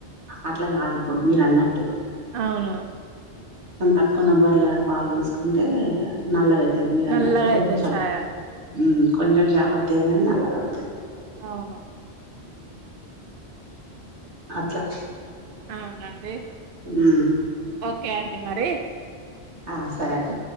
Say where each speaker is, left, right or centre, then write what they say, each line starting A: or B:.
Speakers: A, on the right; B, on the right.
A: అట్ల కాదు ఇప్పుడు మీరు అన్నట్టు
B: అవును
A: తక్కున్న బర్ల పాలని తీసుకుంటే నల్లగైత్ తద్ మీరు
B: నల్లగా
A: అన్నట్టు కొంచెం
B: అయితది చాయ.
A: ఉమ్ కొంచెం చేప తేనే నల్లగౌ
B: అవును
A: అట్లా
B: అవునండి
A: ఉమ్
B: కె అండి మరీ
A: ఆ సరే అండి.